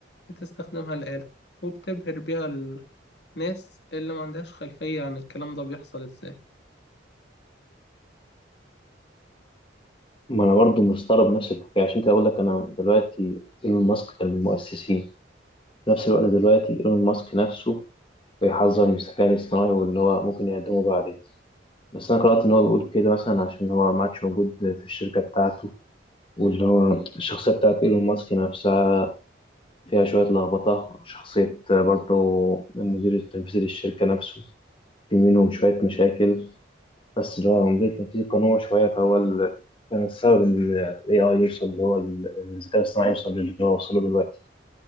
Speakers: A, on the left (about 60°); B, on the left (about 30°).
A: بتستخدمها الآلة وبتبهر بيها الناس اللي ما عندهاش خلفية عن الكلام ده بيحصل ازاي
B: ما أنا برضو مستغرب نفس الحكاية عشان كده أقول لك أنا دلوقتي إيلون ماسك كان من المؤسسين في نفس الوقت دلوقتي إيلون ماسك نفسه بيحذر من الذكاء الاصطناعي واللي هو ممكن يقدمه بعدين بس انا قرات ان هو بيقول كده مثلا عشان هو ما عادش موجود في الشركه بتاعته واللي هو الشخصية بتاعت إيلون ماسك نفسها فيها شوية لخبطة شخصية برضه المدير التنفيذي للشركة نفسه في منهم شوية مشاكل بس اللي هو المدير التنفيذي كان هو شوية فهو ال... كان السبب إن ال AI يوصل اللي هو ال- الذكاء الاصطناعي يوصل للي هو وصله دلوقتي